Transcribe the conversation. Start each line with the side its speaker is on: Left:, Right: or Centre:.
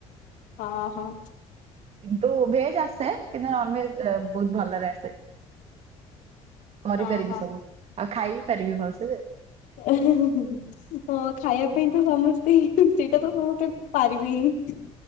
Left: ହଁ ହଁ।
Right: କିନ୍ତୁ ଭେଜ ଆସେ କିନ୍ତୁ ନନ ଭେଜ ବହୁତ ଭଲରେ ଆସେ। କରିପାରିବି
Left: ହଁ ହଁ।
Right: ସବୁ ଆଉ ଖାଇବି ପାରିବି ଭଲସେ ଯେ।
Left: <unintelligible> ହଁ ଖାଇବା ପାଇଁ ତ ସମସ୍ତେ ସେଇଟା ତ ସମସ୍ତେ ପାରିବେ ହିଁ।